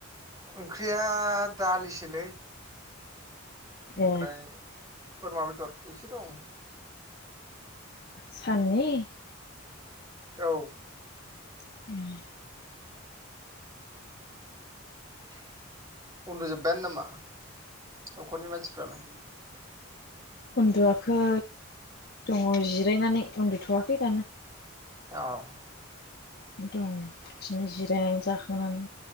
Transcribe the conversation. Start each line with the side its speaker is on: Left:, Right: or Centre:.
Right: ओंख्रिया दालिसोलै। ओमफ्राय
Left: ए
Right: बोरमा बेदर एसे दं।
Left: साननि?
Right: औ।
Left: <inaudible>
Right: <inaudible> उन्दुजोबबायानो नामा न'खरनि मानसिफ्रालाय?
Left: उन्दुवाखै दङ जिरायनानै उन्दुथ'वाखै दानो।
Right: अह।
Left: दं बिदिनो जिरायनानै जाखांनानै।